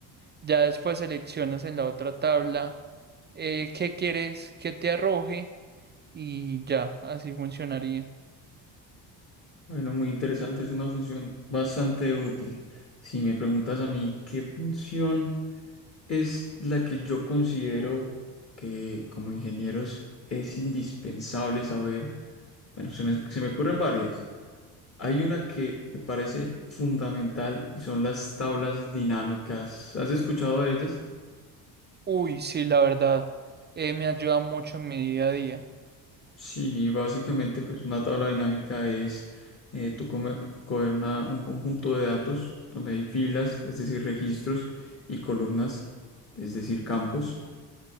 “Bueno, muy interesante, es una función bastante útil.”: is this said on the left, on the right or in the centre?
Left